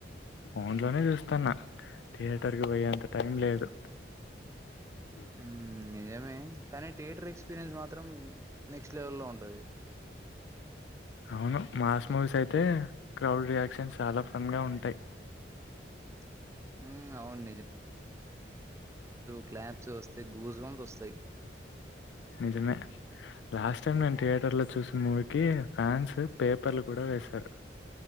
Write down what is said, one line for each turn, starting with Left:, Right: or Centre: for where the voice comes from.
Left: ఫోన్లనే జూస్తున్నా థియేటర్ కి పోయే అంత టైం లేదు ఉమ్ హూ
Right: మ్మ్ నిజమే కానీ థియేటర్ ఎక్స్పీరియన్స్ మాత్రం నెక్స్ట్ లెవెల్ లో ఉంటది
Left: అవును మాస్ మూవీస్ అయితే క్రౌడ్ రియాక్షన్స్ చాలా ఫన్ గా ఉంటాయ్
Right: <inaudible> మ్మ్ అవును క్లాబ్స్ వస్తయ్ గూజ్ బామ్స్ వస్తాయ్
Left: నిజమే లాస్ట్ టైమ్ నేను థియేటర్ లో చూసిన మూవీకి ఫ్యాన్స్ పేపర్లు కూడా ఏస్తర్